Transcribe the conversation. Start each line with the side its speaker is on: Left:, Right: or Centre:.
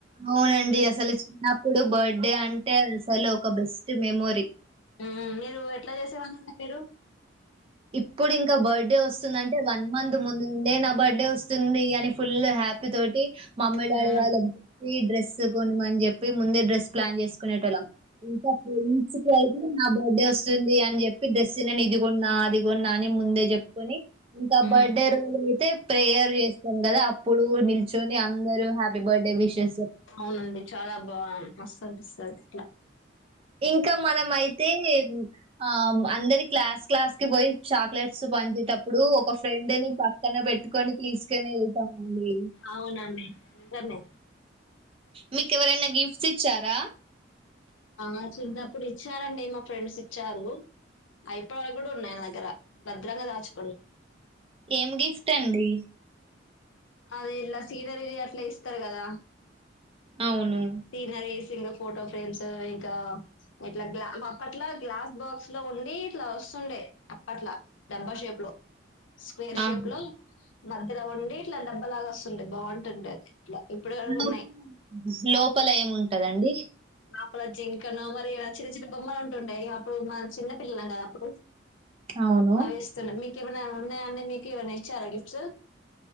Right: అవునండి
Left: మీ
Right: అసలు చిన్నప్పుడు బర్త్డే అంటే అసలు ఒక బెస్ట్ మెమొరీ
Left: ఉమ్ మీరు ఎట్లా చేసేవాళ్ళండి మీరు
Right: ఇప్పుడు ఇంకా బర్త్డే వస్తుందంటె వన్ మంత్ ముందుండే నా బర్త్డే వస్తుంది అని ఫుల్ హ హ్యాపీ తోటి మమ్మీ డాడీ
Left: ఉమ్
Right: వాళ్ళకి చెప్పి డ్రెస్ కొనిమని చెప్పి ముందే డ్రెస్ ప్లాన్ చేసుకునేటోళ్ళం ఇంకా ఫ్రెండ్స్కి అయితే నా బర్త్డే వస్తుంది అని చెప్పి డ్రెస్ నేను ఇదిగొన్నా అది కొన్నా అని ముందే చెప్పుకొని ఇంకా
Left: ఉమ్
Right: బర్త్డే రోజు అయితే ప్రేయర్ చేస్తాం కదా అప్పుడు నిల్చొని అందరు హ్యాపీ బర్త్డే విషెస్
Left: అవునండి చాలా బా మస్తు అనిపిస్తది ఇట్లా
Right: ఇంకా మనం అయి అయితే ఆ అందరి క్లాస్ క్లాస్ కి పోయి చాక్లెట్స్ పంచేటప్పుడు ఒక ఫ్రెండ్ ని పక్కన పెట్టి కొని తీసుకొని వెళ్తామండి
Left: అవునండి నిజమే
Right: మీక ఎవరైనా గిఫ్ట్స్ ఇచ్చారా
Left: ఆ చిన్నప్పుడు ఇచ్చారండి మా ఫ్రెండ్స్ ఇచ్చారు. ఐప్యాడ్ కూడా ఉన్నది నా దగ్గర భద్రంగా దాచు
Right: ఏం గిఫ్ట్ అండి
Left: అదే ఇట్లా సీనరీలు అట్లా ఇస్తారు కదా
Right: అవును.
Left: సీనరీస్ ఇంకా ఫోటో ఫ్రేమ్స్ ఇంకా ఇట్లా గ్లా అప్పట్లా గ్లాస్ బాక్స్ లో ఉండి ఇట్లా వస్తుండే అప్పట్లా డబ్బా షేప్ లో స్క్వేర్
Right: ఆహా!
Left: షేప్ లో మధ్యలో ఉండి ఇట్లా డబ్బలాగా వస్తుండే బాగుంటుండే అది ఇట్లా ఇప్పుడు వరకు
Right: లోపల
Left: ఉన్నాయి
Right: లోపల ఏముంటదండి
Left: నా ప్రజి ఇంకన మరి ఆ చిన్న చిన్న బొమ్మలు ఉంటుండే అప్పుడు మన చిన్న పిల్లలం కదాప్పుడు
Right: అవును.
Left: అవి ఇస్తున్నా మీకేమనా ఉన్నా అండి మీకు ఇవన్న ఇచ్చారా గిఫ్ట్స్